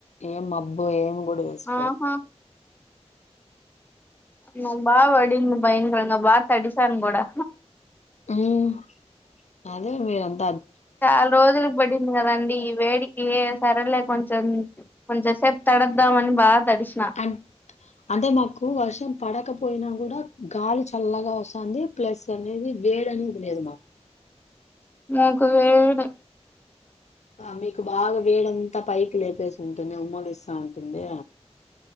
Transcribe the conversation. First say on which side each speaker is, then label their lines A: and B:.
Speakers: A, on the left; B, on the left.
A: ఏం మబ్బు ఏం బూడు వేసుకోల
B: ఆహా నా బా వడింది భయంకరంగా బా తడిసం కూడా
A: ఉహ్ అదే మీరంత్
B: చాలా రోజులు పడింది కదండి ఈ వేడి కే సరలే కొంచెం కొంచెం సేప్ తడద్దామని బ తడిసిన
A: అం అంటే మాకు వర్షం పడకపోయినా కూడా గాలి చల్లగా వస్తుంది, ప్లస్ అనేది వేడనేది లేదు మాకు
B: మాకు వేడి
A: ఆ మీకు బాగా వేడంతా పైకి లేపేసి ఉంటుంది. ఉమ్మలు ఇస్తా ఉంటుంది.